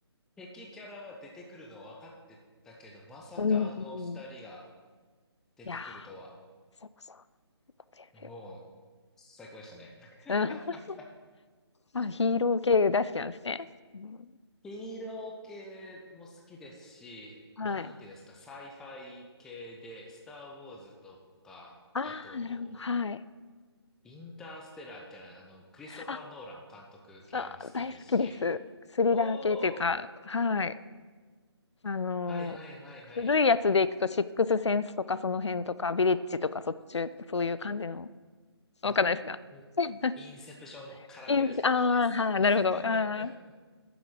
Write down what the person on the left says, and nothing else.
うんうん。
いやー、そうそう。よくやるよ
うん。あ、ヒーロー系大好きなんですね。うん、
はい。
ああ、
なるほど、はい。
あ、
あ、大好きです。スリラー系っていうか、
はい。あのー、
古いやつで行くと、シックスセンスとかその辺とか、ビレッジとか、そっち、そういう感じの、わかんないですか
<laughs> インスああー、はい、
なるほど。ああ、